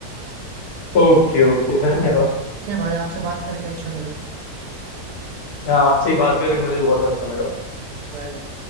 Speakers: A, on the left; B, on the right.
A: ओके ओके धन्यवाद
B: ठीक है भाई आपसे बात करके अच्छा लगा
A: हाँ, आपसे बात करके मुझे बहुत अच्छा लगा
B: Bye bye